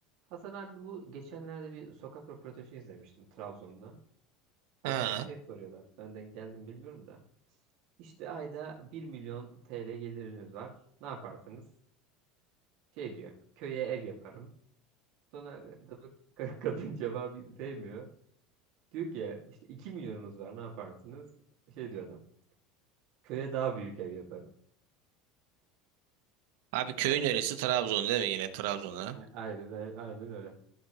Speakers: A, on the right; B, on the right.
A: Hasan abi bu geçenlerde bir sokak röportajı izlemiştim Trabzon'da. Adama
B: Ha.
A: şey soruyorlar. Benden geldim bilmiyorum da. İşte ayda bir milyon TL geliriniz var. Ne yaparsınız? Şey diyor. Köye ev yaparım. Sonra tabii ka- kadın <laughs> cevabı sevmiyor. Diyor ki işte 2 milyonunuz var ne yaparsınız? Şey diyor adam. Köye daha büyük ev yaparım.
B: Abi
A: <laughs> Sen-
B: köyün neresi? Trabzon değil mi yine Trabzon'a?
A: Aynen, aynen aynen öyle.